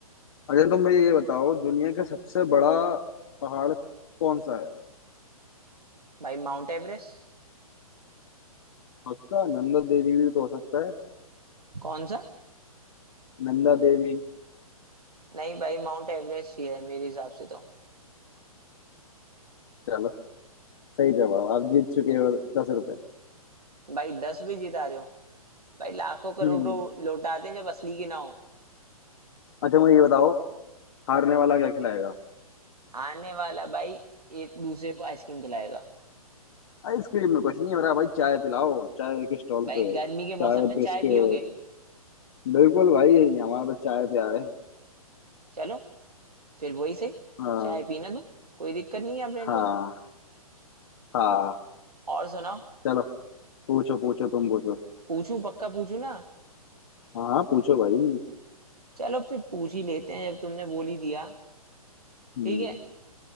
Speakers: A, on the left; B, on the right.
A: अच्छा तुम मुझे ये बताओ दुनिया का सबसे बड़ा पहाड़ कौन सा है
B: भाई माउंट एवरेस्ट
A: पक्का नंदा देवी भी तो हो सकता है
B: कौन सा
A: नंदा देवी
B: नहीं भाई माउंट एवरेस्ट ही है मेरे हिसाब से तो
A: चलो सही जवाब आप जीत चुके हो दस रुपए
B: भाई दस भी जिता रहे हो भाई लाखों करोड़ों
A: हम्म
B: लौटाते हैं जब असली की ना हो
A: अच्छा मुझे ये बताओ हारने वाला क्या खिलाएगा
B: आने वाला भाई एक दूसरे को आइसक्रीम खिलाएगा
A: आइसक्रीम में कुछ नहीं हो रहा भाई चाय पिलाओ चाय के स्टॉल
B: भाई
A: पे
B: गर्मी के मौसम
A: चाय
B: में
A: बिस्किट
B: चाय पियोगे
A: बिल्कुल भाई हमारा तो चाय प्यार है
B: चलो फिर वही सही
A: हाँ
B: चाय पीना तो कोई दिक्कत नहीं है अपने
A: हाँ
B: को तो
A: हाँ
B: और सुनाओ
A: चलो पूछो पूछो तुम पूछो
B: पूछूं पक्का पूछूं ना
A: हाँ हाँ, पूछो भाई
B: चलो फिर पूछ ही लेते हैं जब तुमने बोल ही दिया
A: हम्म,
B: ठीक है